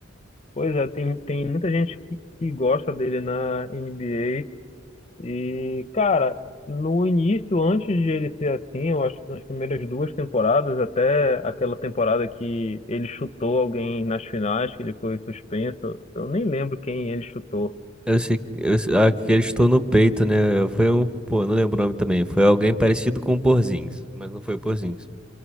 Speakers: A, on the left; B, in the centre.
A: pois é, tem, tem muita gente que, que gosta dele na NBA, E, cara, no início, antes de ele ser assim, eu acho que nas primeiras duas temporadas, até aquela temporada que ele chutou alguém nas finais, que ele foi suspenso, eu nem lembro quem ele chutou.
B: Eu sei, que- eu, sei- ah, que ele estou no peito, né? Foi um, pô, não lembro o nome também. Foi alguém parecido com o Porzingis, mas não foi o Porzingis.